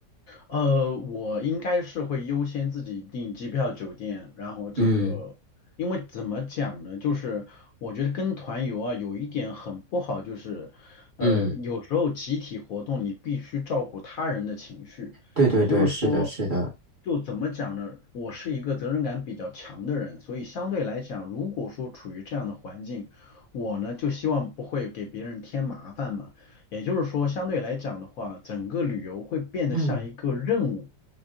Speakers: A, on the left; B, on the right.
A: 呃，我应该是会优先自己订机票、酒店，然后这个，
B: 嗯
A: 因为怎么讲呢，就是我觉得跟团游啊，有一点很不好，就是，呃，
B: 嗯，
A: 有时候集体活动你必须照顾他人的情绪，
B: 对对对，
A: 也就是说，
B: 是的，是的。
A: 就怎么讲呢，我是一个责任感比较强的人，所以相对来讲，如果说处于这样的环境，我呢就希望不会给别人添麻烦嘛。也就是说，相对来讲的话，整个旅游会变得像一个任务，
B: 嗯。